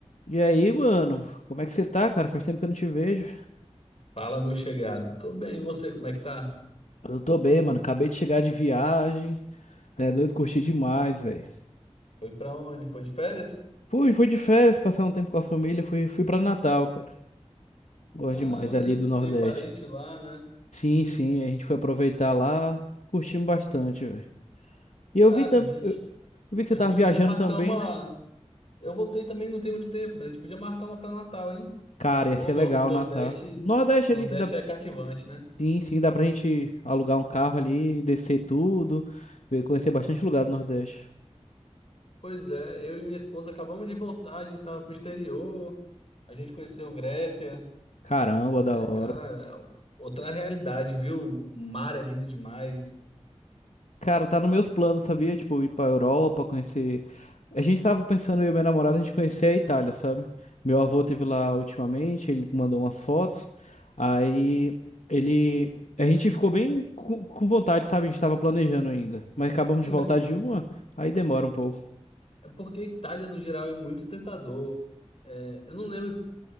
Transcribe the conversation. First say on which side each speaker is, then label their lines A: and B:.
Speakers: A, on the left; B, on the left.
A: E aí, mano, como é que você tá, cara? Faz tempo que eu não te vejo.
B: Fala, meu chegado. Tô bem, e você, como é que tá?
A: Eu tô bem, mano. Acabei de chegar de viagem. É doido, curti demais, velho.
B: Foi pra onde? Foi de férias?
A: Fui, fui de férias, passar um tempo com a família. Fui, fui pra Natal, cara. Gosto
B: Ah,
A: demais
B: eu lembro
A: ali do
B: que
A: Nordeste.
B: tu tem parente lá, né?
A: Sim, sim, a gente foi aproveitar lá. Curtimos bastante, velho. E
B: Cara,
A: eu vi, tam...
B: a gente,
A: eu vi que
B: a
A: você
B: gente
A: tava viajando
B: podia marcar
A: também,
B: uma.
A: né?
B: Eu voltei também, não tem muito tempo, mas a gente podia marcar uma pra Natal, hein?
A: Cara, ia
B: Pô,
A: ser
B: o Nor-
A: legal
B: o Nordeste,
A: o Natal. Nordeste
B: Nordeste
A: ali que dá.
B: é cativante, né?
A: Sim, sim, dá pra gente alugar um carro ali, descer tudo, ver- conhecer bastante lugar do Nordeste.
B: Pois é, eu e minha esposa acabamos de voltar, a gente tava pro exterior, a gente conheceu Grécia.
A: Caramba,
B: É,
A: da hora.
B: cara, é outra realidade, viu? O mar é lindo demais.
A: Cara, tá nos meus planos, sabia? Tipo, ir pra Europa, conhecer. A gente tava pensando, eu e minha namorada, a gente conhecer a Itália, sabe? Meu avô teve lá ultimamente, ele mandou umas fotos. Aí ele. A gente ficou bem com com vontade, sabe? A gente tava planejando ainda. Mas acabamos
B: É,
A: de
B: mas
A: voltar de uma, aí demora um pouco.
B: É porque a Itália, no geral, é muito tentador. É, eu não lembro,